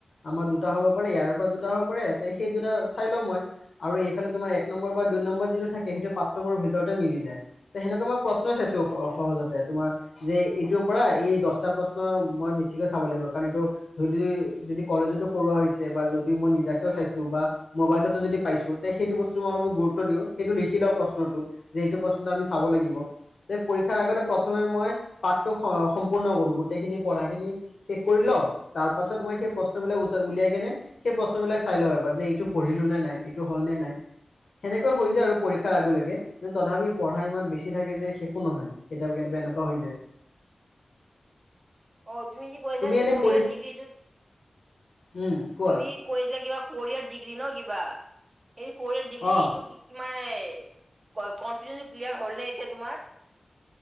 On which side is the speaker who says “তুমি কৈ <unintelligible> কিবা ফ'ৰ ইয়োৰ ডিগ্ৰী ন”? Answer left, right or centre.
Right